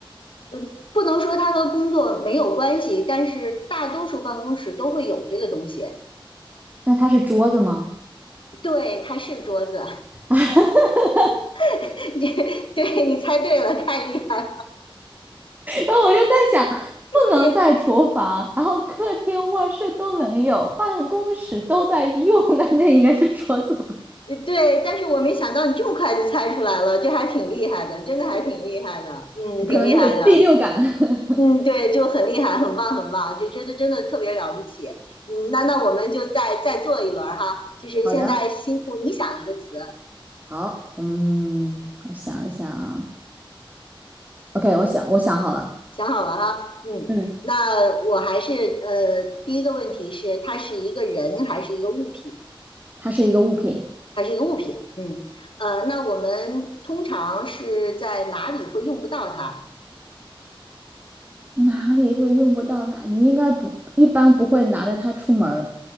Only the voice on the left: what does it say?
呃不能说它和工作没有关系，但是大多数办公室都会有这个东西。
对，它是桌子，
<laughs> 对，你猜对了，太厉害
对。
呃对，但是我没想到你这么快就猜出来了，这还挺厉害的，真的还挺厉害的，嗯，挺厉害的。
嗯，对，就很厉害，很棒，很棒，就觉得真的特别了不起。嗯，那那我们就再再做一轮儿哈，就是现在辛苦你想一个词，
想好了哈。嗯，
那我还是呃，第一个问题是它是一个人还是一个物品？
它是一个物品。嗯，呃，那我们通常是在哪里会用不到它